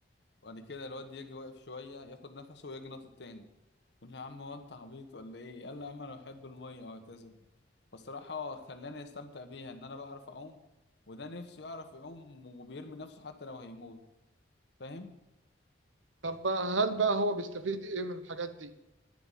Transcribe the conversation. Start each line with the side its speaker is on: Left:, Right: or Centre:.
Left: وبعد كده الواد يجي واقف شوية ياخد نفسه ويجي ناطط تاني يقول لي يا عم هو انت عبيط ولا ايه قال لي يا عم انا بحب المية وهكذا فالصراحة خلاني استمتع بيها ان انا بعرف اعوم وده نفسه يعرف يعوم وبيرمي نفسه حتى لو هيموت فاهم
Right: طب بقى هل بقى هو بيستفيد ايه من الحاجات دي